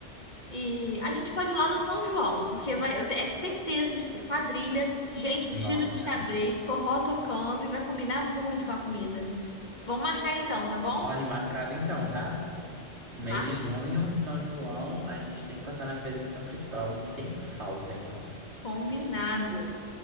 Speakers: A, on the left; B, on the right.
A: E a gente pode ir lá no São João, porque vai, eu tenho é certeza de ter quadrilha, gente
B: Nossa.
A: vestida de xadrez, forró tocando e vai combinar muito com a comida. Vamos marcar então, tá bom?
B: Olha, marcado então, tá? Mês
A: Mar
B: de junho, São João, a gente tem que passar na Feira de São Cristóvão sem falta, então.
A: combinado.